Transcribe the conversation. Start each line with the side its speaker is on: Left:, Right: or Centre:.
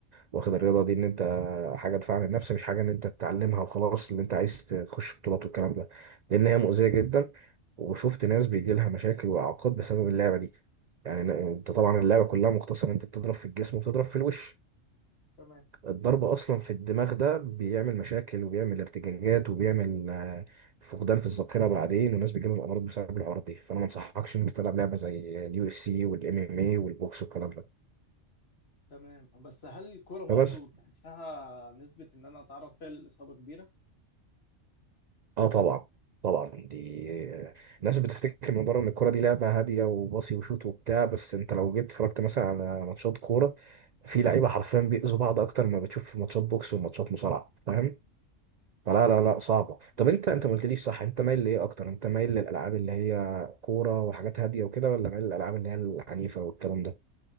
Right: واخد الرياضه دي ان انت حاجه دفاع عن النفس مش حاجه ان انت تتعلمها وخلاص اللي انت عايز تخش بطولات والكلام ده لان هي مؤذيه جدا وشفت ناس بيجي لها مشاكل واعاقات بسبب اللعبه دي يعني انت طبعا اللعبه كلها مقتصره انت بتضرب في الجسم وبتضرب في الوش
Left: تمام
Right: الضرب اصلا في الدماغ ده بيعمل مشاكل وبيعمل ارتجاجات وبيعمل آه، فقدان في الذاكره بعدين والناس بيجيلهم امراض بسبب الحوارات دي فانا ما انصحكش ان انت تلعب لعبه زي اليو اف سي والام ام اي والبوكس والكلام
Left: مم.
Right: ده
Left: تمام بس هل الكرة برضو
Right: فبس
Left: تحسها نسبة ان انا اتعرض فيها للإصابة كبيرة
Right: اه طبعا طبعا دي آه، الناس بتفتكر من بره ان الكوره دي لعبه هاديه وباصي وشوت وبتاع بس انت لو جيت اتفرجت مثلا على ماتشات كوره في لعيبه حرفيا بيأذوا بعض اكتر ما بتشوف في ماتشات بوكس وماتشات مصارعه فاهم فلا لا لا صعبة طب انت انت ما قلتليش صح انت مايل لايه اكتر انت مايل للالعاب اللي هي كورة وحاجات هادية وكده ولا مايل للالعاب اللي هي العنيفة والكلام ده